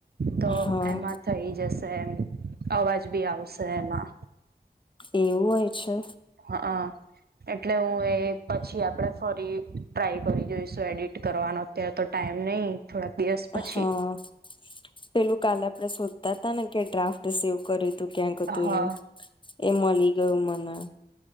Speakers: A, on the right; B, on the left.
A: તો
B: હા
A: એમા થઈ જશે એમ અવાજ બી આવશે એમા
B: એવુ હોય છે.
A: હા એટલે હુએ, પછી આપડે ફરી ટ્રાય કરી જોઈશુ, એડિટ કરવાનો અત્યારે તો ટાઈમ નહી થોડાક દિવસ પછી
B: હા પેલુ કાલે આપણેે શોધતા હતાા, ને કે ડ્રાફ્ટ સેવ કર્યુ તુ ક્યાક અતુર્યુ
A: હા
B: એ મળી ગયુ મને